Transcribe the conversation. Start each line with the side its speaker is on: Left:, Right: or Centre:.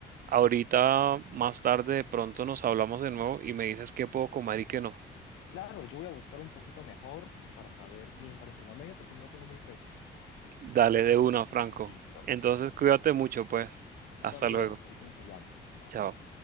Right: ahorita más tarde de pronto nos hablamos de nuevo y me dices qué puedo comer y qué no?
Left: Claro, yo voy a buscar un poquito mejor para saber bien, para informarme bien, porque no lo tengo muy fresco.
Right: Dale de una, Franco.
Left: Listo.
Right: Entonces cuídate mucho, pues.
Left: Tú
Right: Hasta
Left: también.
Right: luego.
Left: Ahorita nos hablamos. Bye.
Right: Chao.